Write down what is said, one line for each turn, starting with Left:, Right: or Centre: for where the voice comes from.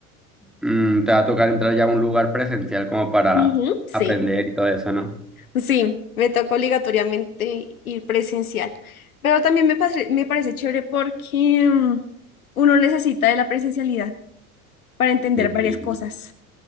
Centre: Mm, te va a tocar entrar ya a un lugar presencial como para
Left: Ujú. Sí.
Centre: aprender y todo eso, ¿no?
Left: Sí, me toca obligatoriamente ir presencial. Pero también me, pase- me parece chévere porque mm, uno necesita de la presencialidad para entender
Centre: Sí,
Left: varias cosas.